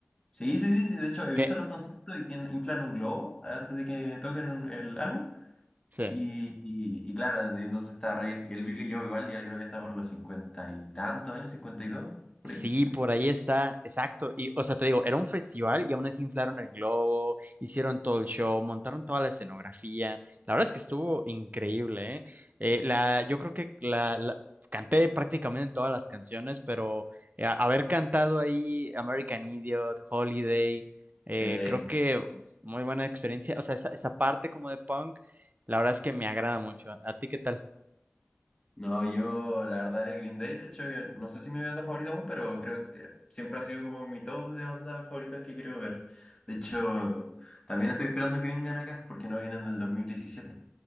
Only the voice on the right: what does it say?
¿Qué?
Sí.
Sí,
por ahí está, exacto. Y, o sea, te digo, era un festival y aún así inflaron el globo, hicieron todo el show, montaron toda la escenografía. La verdad es que estuvo increíble, ¿eh? Eh, la, yo creo que la, la- canté prácticamente todas las canciones, pero eh, haber cantado ahí American Idiot, Holiday, eh,
creo que muy buena experiencia. O sea, esa, esa parte como de punk, la verdad es que me agrada mucho. ¿A ti qué tal?